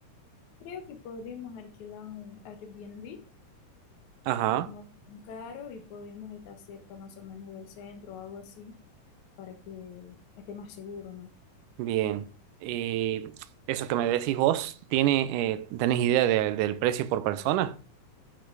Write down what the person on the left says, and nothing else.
Creo que podríamos alquilar un Airbnb,
no es tan caro, y podemos estar cerca más o menos del centro o algo así para que esté más seguro, ¿no?